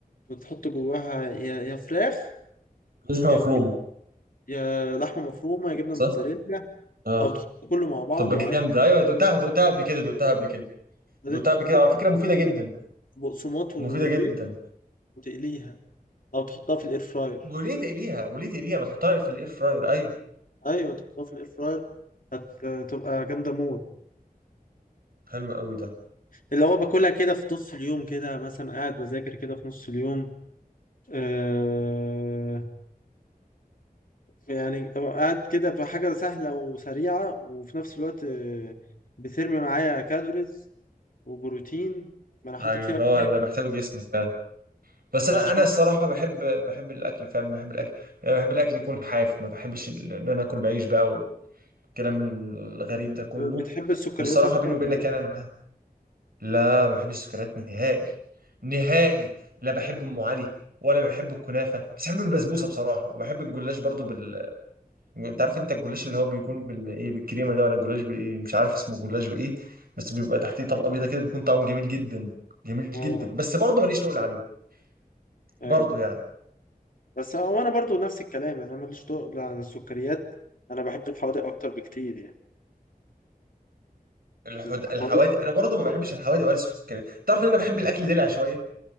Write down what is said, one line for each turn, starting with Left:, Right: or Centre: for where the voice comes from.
Left: وتحط جواها يا يا فراخ
Right: لسه
Left: يا
Right: مفرومه
Left: يا لحمة مفرومة يا جبنة
Right: صح
Left: موتزاريلا
Right: اه
Left: أو تحط كله مع بعض
Right: طب
Left: وعادي
Right: جامده ايوه دقتها دقتها قبل كده دقتها قبل كده
Left: بعدين
Right: دقتها
Left: تحطها
Right: قبل كده على فكره
Left: في
Right: مفيده جدا
Left: بقسماط
Right: مفيده
Left: وبيض
Right: جدا
Left: وتقليها أو تحطها في الإير فراير
Right: وليه تقليها وليه تقليها ما تحطها في الاير فراير ايوه
Left: أيوة تحطها في الإير فراير هتبقى جامدة موت
Right: حلو قوي ده
Left: اللي هو باكلها كده في نص اليوم كده مثلا قاعد بذاكر كده في نص اليوم آه، يعني أبقى قاعد كده بحاجة سهلة وسريعة وفي نفس الوقت آه، بترمي معايا كالوريز وبروتين ما أنا حاطط
Right: ايوه
Left: فيها
Right: اللي هو
Left: فراخ
Right: اللي محتاجه جسمك فعلا بس انا
Left: عشان
Right: انا الصراحه بحب بحب الاكل فعلا بحب الاكل يعني بحب الاكل يكون حاف ما بحبش ال- ان انا اكل بعيش بقى والكلام الغريب ده كله
Left: بتحب السكريات
Right: والصراحه
Left: أكتر
Right: بيني وبينك
Left: ولا
Right: يعني انا لا ما بحبش السكريات نهائي نهائي لا بحب ام علي ولا بحب الكنافه بس بحب البسبوسه بصراحه وبحب الجلاش برضو بال انت عارف انت الجلاش اللي هو بيكون بال ايه بالكريمه ده ولا الجلاش بايه مش عارف اسمه الجلاش بايه بس بيبقى تحتيه طبقه بيضه كده بيكون طعمه جميل جدا جميل جدا
Left: آه
Right: بس برضه ماليش تقول عليه
Left: أيوه
Right: برضه يعني
Left: بس هو أنا برضو نفس الكلام يعني أنا ماليش تقل عن السكريات أنا بحب الحوادق أكتر بكتير يعني
Right: الحد...
Left: الحوادق-
Right: الحوادق انا برضه ما بحبش الحوادق ولا السكريات تعرف ان انا بحب الاكل دلع شويه